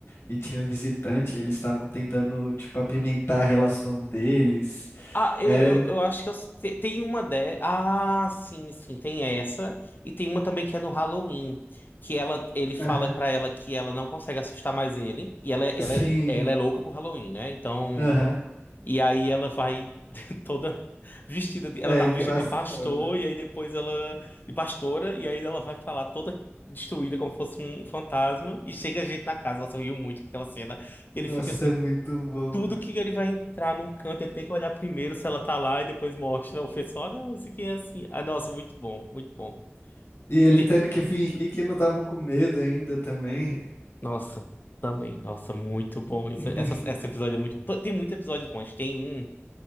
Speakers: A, on the left (about 65°); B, on the left (about 45°).
A: E tinha visitante, eles estavam tentando, tipo, apimentar a relação deles.
B: Ah, eu,
A: É,
B: eu eu acho que eu... te- tem uma de... Ah, sim, sim, tem essa. E tem uma também que é no Halloween, que ela, ele fala
A: Aham.
B: pra ela que ela não consegue assustar mais ele. E ela, é-
A: Sim.
B: ela, é- ela é louca por Halloween, né? Então...
A: Aham.
B: E aí ela vai <laughs> toda vestida de,
A: É
B: ela tava
A: engraçado.
B: vestida de pastor e aí depois ela de pastora e aí ela vai falar toda destruída como fosse um fantasma e chega gente na casa, ela riu muito com aquela cena que
A: Nossa,
B: ele fica assim,
A: é muito bom.
B: tudo que ele vai entrar num canto, ele tem que olhar primeiro se ela tá lá e depois mostra o pessoal, "Ah, não, isso aqui é assim. Ah, nossa, muito bom, muito bom.
A: E ele
B: E-
A: tendo que fingir que não tava com medo ainda também.
B: nossa, também, nossa, muito bom isso.
A: <laughs>
B: Essa, esse episódio é muito bom. Tem muitos episódios bons. Tem um